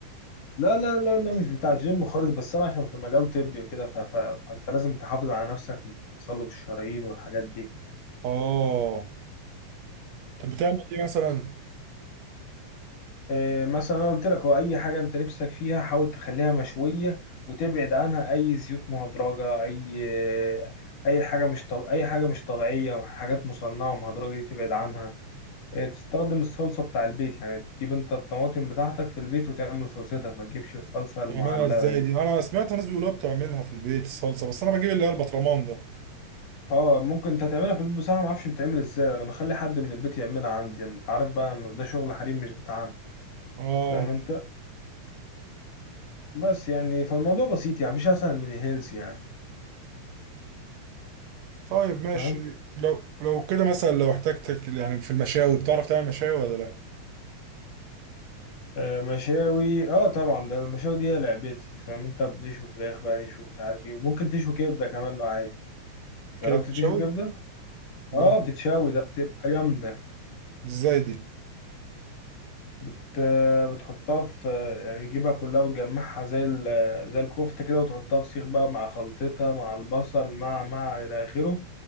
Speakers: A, on the left; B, on the right.
A: لا لا لا لا مش بتاع الجيم خالص بس انا عشان في مجال طبي وكده ف... ف... فانت لازم تحافظ على نفسك من التصلب الشرايين والحاجات دي
B: اه طب بتعمل ايه مثلا
A: إيه، مثلا انا قلت لك هو اي حاجه انت نفسك فيها حاول تخليها مشويه وتبعد عنها اي زيوت مهدرجه اي آه، اي حاجه مش طب... اي حاجه مش طبيعيه حاجات مصنعه مهدرجه دي تبعد عنها إيه، تستخدم الصلصه بتاع البيت يعني تجيب انت الطماطم بتاعتك في البيت وتعمل صلصتها ما تجيبش الصلصه المعلبه
B: تعملها ازاي
A: دي
B: دي انا سمعت ناس بيقولوها بتعملها في البيت الصلصه بس انا بجيب اللي هي البطرمان ده
A: اه ممكن انت تعملها في البيت بصراحه ما اعرفش بتعمل ازاي انا بخلي حد من البيت يعملها عندي يعني انت عارف بقى ده شغل حريم مش بتاعنا
B: اه
A: فاهم انت بس يعني فالموضوع بسيط يعني مش اسهل من الهيلز يعني
B: طيب ماشي
A: فاهم
B: لو لو كده مثلا لو احتجتك يعني في المشاوي بتعرف تعمل مشاوي ولا لا
A: آه، مشاوي اه طبعا ده المشاوي دي هي لعبتي فاهم انت بنشوي فراخ بقى نشوي مش عارف ايه وممكن تشوي كبده كمان لو عايز جربت
B: كده بتشوي
A: تشوي كبده
B: لا
A: اه بتتشوي ده بتبقى جامده
B: ازاي دي
A: بت... آه، بتحطها في آه، يعني تجيبها كلها وتجمعها زي ال... آه، زي الكفته كده وتحطها في سيخ بقى مع خلطتها مع البصل مع مع الى اخره